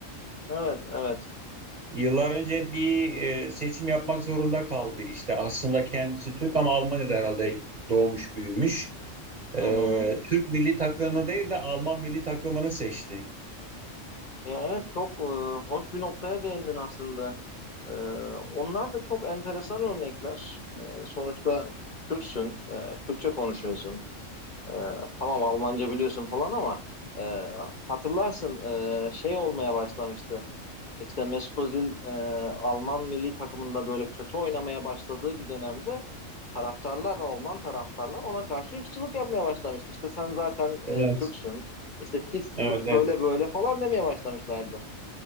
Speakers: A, on the left; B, on the right.
A: Evet, evet.
B: Yıllar önce bir e, seçim yapmak zorunda kaldı. İşte aslında kendisi Türk ama Almanya'da herhalde doğmuş büyümüş. E,
A: Hı hı.
B: Türk milli takımını değil de Alman milli takımını seçti.
A: Ya evet çok e, hoş bir noktaya değindin aslında. E, onlar da çok enteresan örnekler. E, sonuçta Türksün, e, Türkçe konuşuyorsun. E, tamam Almanca biliyorsun falan ama e, hatırlarsın e, şey olmaya başlamıştı. İşte Mesut Özil e, Alman milli takımında böyle kötü oynamaya başladığı bir dönemde taraftarlar, Alman taraftarlar ona karşı ırkçılık yapmaya başlamıştı. İşte sen zaten
B: Evet.
A: e, Türksün, işte pis Türk,
B: Evet, evet.
A: şöyle böyle falan demeye başlamışlardı.